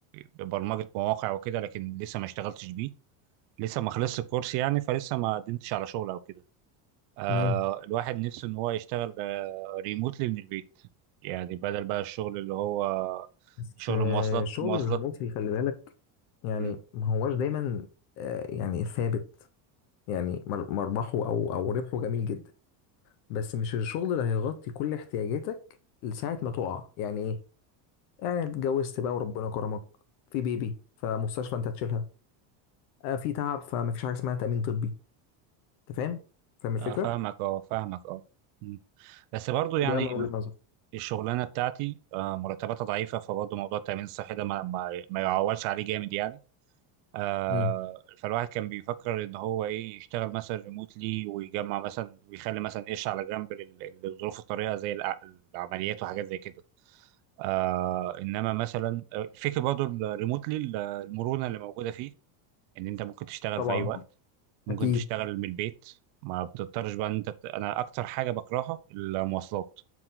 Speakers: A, on the right; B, on the left.
A: برمجة مواقع وكده لكن لسه ما اشتغلتش بيه لسه ما خلصت الكورس يعني فلسه ما قدمتش على شغل او كده آه،
B: تمام
A: الواحد نفسه ان هو يشتغل ريموتلي من البيت يعني بدل بقى الشغل اللي هو
B: بس
A: شغل
B: آه،
A: مواصلات
B: الشغل
A: مواصلات
B: الريموتلي خلي
A: م-
B: بالك يعني
A: م.
B: ما هواش دايما آه، يعني ثابت يعني مر- مربحه او او ربحه جميل جدا بس مش الشغل اللي هيغطي كل احتياجاتك لساعة ما تقع يعني ايه يعني اتجوزت بقى وربنا كرمك في بيبي فمستشفى انت هتشيلها آه، في تعب فما فيش حاجة اسمها تأمين طبي انت فاهم فاهم الفكرة
A: آه، فاهمك اه فاهمك اه م. بس برضو يعني
B: ده من وجهة
A: ال-
B: نظري
A: الشغلانة بتاعتي آه، مرتباتها ضعيفة فبرضه موضوع التأمين الصحي ده ما ما ما يعولش عليه جامد يعني آه
B: امم
A: فالواحد كان بيفكر ان هو ايه يشتغل مثلا ريموتلي ويجمع مثلا ويخلي مثلا قش على جنب لل- للظروف الطارئه زي الع- العمليات وحاجات زي كده آه انما مثلا آه، الفكره برضه الريموتلي المرونه اللي موجوده فيه ان انت ممكن تشتغل
B: طبعا
A: في اي وقت ممكن
B: اكيد
A: تشتغل من البيت ما بتضطرش بقى ان انت بت... انا اكتر حاجه بكرهها المواصلات